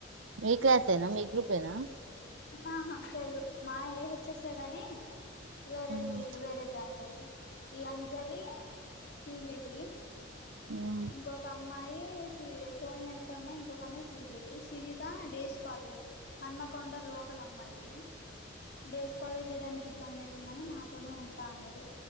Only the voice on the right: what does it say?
మీ క్లాస్ ఎన మీ గ్రూప్ ఏన
మ్
అ